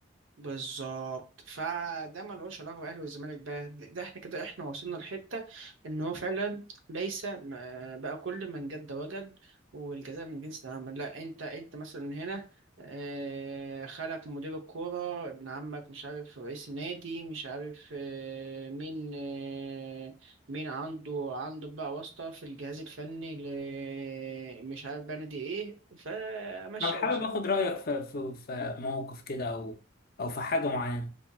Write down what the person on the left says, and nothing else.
انا حابب
اخد رايك في في في موقف كده او او في حاجه معينه